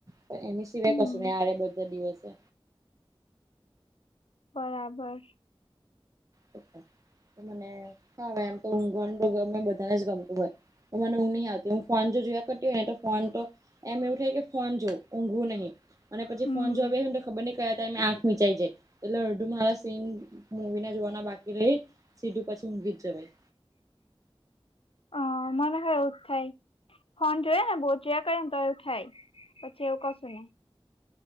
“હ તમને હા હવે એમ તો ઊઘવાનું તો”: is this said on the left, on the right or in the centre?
Right